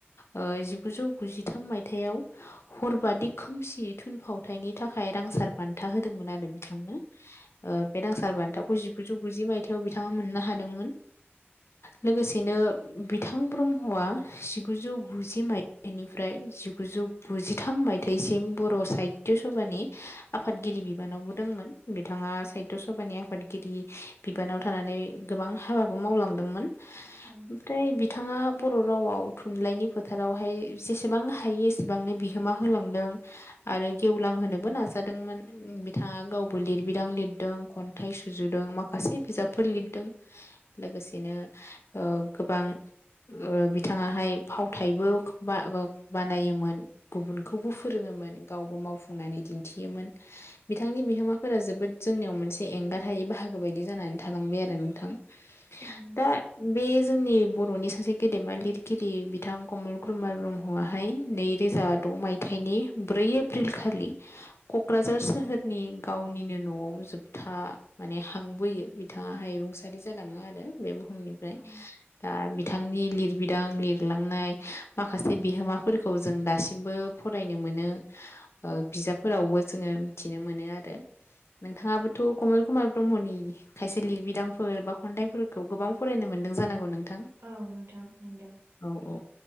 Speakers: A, on the left; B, on the right.
A: ओ जिगुजौ गुजिथाम मायथाइाव हरबादि खोमसि थुनफावथायनि थाखाय रांसार बान्था होदोंमोन आरो बिथांनो ओ बे रांसार बान्थाखौ जिगुजौ गुजि मायथाइयाव बिथाङा मोननो हादोंमोन। लोगोसेनो बिथां ब्रह्मआ जिगुजौ गुजि मायथाइनिफ्राय जिगुजौ गुजिथाम मायथाइसिम बर' साहित्य स सभानि आफादगिरि बिबानावबो दंमोन बिथाङा साहित्य सभानि आफादगिरि बिबान नाव थानानै गोबां हाबाबो मावलांदोंमोन
B: औ
A: ओमफ्राय बि थाङा बर' रावाव थुनलाइनि फोथारावहाय जेसेबां हायो एसेबांनो बिहोमा होलांदों। आरो गेवलांहोनोबो नाजादोंमोन बिथाङा गावबो लिरबिदां लिरदों खन्थाइ सुजुदों माखास से बिजाबफोर लिरदों लोगोसेनो ओ गोबां ओ बिथाङाहाय फावथायबो बा ओ बानायोमोन गुबुनखौबो फोरोङो मोन गावबो माव फुंनानै दिन्थियोमोन बिथांनि बिहोमाफोरा जोबोद जोंनियाव मोनसे एंगारहायै बाहागो बायदि जाना नानै थालांबाय आरो नोंथां
B: औ नोंथां
A: दा बे जोंनि ब र'नि सासे गेदेमा लिरगिरि बिथां कमल क्रुमार ब्रह्म आहाय नैरोजा द' मायथाइनि नि ब्रै एप्रिल खालि क'क्राझार सोहोरनि गावनिनो न'आव जोबथा माने हांबोयो बिथाङाहाय रुंसारि जालाङो आरो बे बुहुमनिफ्राय
B: औ
A: दा बि थांनि लिरबिदां लिरलांनाय माखासे बिहोमाफोरखौ जों दासिमबो फरायनो मो मोनो ओ बिजाबफोरावबो जोङो मिथिनो मोनो आरो। नोंथाङाबोथ' कमल कुमार ब्रह्मनि खायसे लिरबिदांफोर बा खन्थाइफोरखौ गोबां फरायनो मोन न्दों जानांगौ नोंथां
B: औ नोंथां मोनदों
A: औ औ